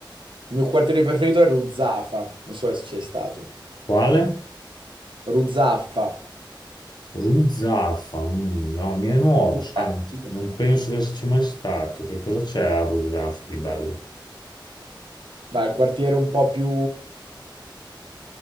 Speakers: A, on the right; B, on the left.
A: mio quartiere preferito è Ruzzafa, non so se c'è stato.
B: quale?
A: Ruzzafa.
B: Rusaffa, mm, no, mi è nuovo,
A: Ruzza-
B: sai, non,
A: Ruzzafa,
B: non penso
A: sì.
B: di esserci mai stato. Che cosa c'è a Rusaffa di bello?
A: Beh, il quartiere un po' più